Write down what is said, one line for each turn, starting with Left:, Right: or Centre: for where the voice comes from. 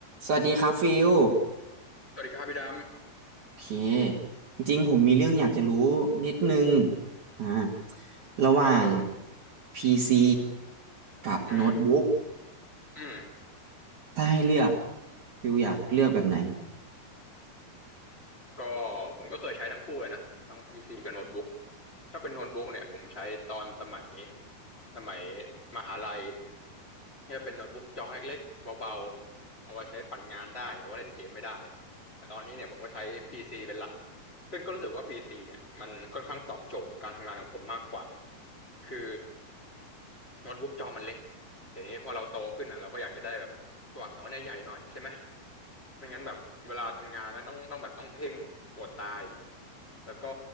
Right: สวัสดีครับฟิล
Left: สวัสดีครับพี่ด
Right: โอเคจริงๆผมมีเรื่องอยากจะรู้นิดนึงอ่า
Left: ำครับผม
Right: ระหว่าง PC กับโน้ตบุ๊ก
Left: อืมอืม
Right: ถ้าให้เลือกฟิลอยากเลือกแบบไหน
Left: ก็ผมก็เคยใช้ทั้งคู่เลยนะทั้งพีซีกับโน้ตบุ๊กถ้าเป็นโน้ตบุ๊กเนี่ยผมใช้ตอนสมัยสมัยมหาลัยก็จะเป็นโน้ตบุ๊กจอเล็กๆเบาๆเอาไว้ใช้ปั่นงานได้แต่ว่าเล่นเกมไม่ได้ แต่ตอนนี้เนี่ยผมก็ใช้พีซีเป็นหลัก ซึ่งก็รู้สึกว่าพีซีเนี่ยมันค่อนข้างตอบโจทย์การทำงานของผมมากกว่า คือโน้ตบุ๊กจอมันเล็กเดี๋ยวนี้พอเราโตขึ้นอ่ะเราก็อยากจะได้แบบ ตัวอักษรเนี่ยใหญ่หน่อยใช่ไหมไม่งั้นแบบเวลาทำงานแล้วต้องต้องแบบต้องเพ่งปวดตาย แล้วก็